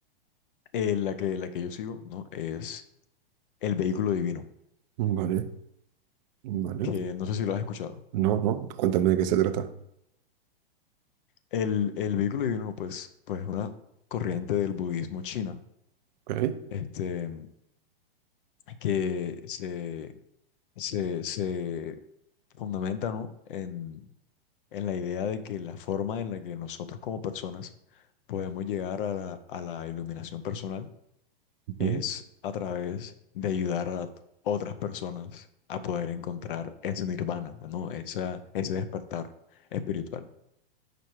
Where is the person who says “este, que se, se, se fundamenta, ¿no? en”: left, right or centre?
Left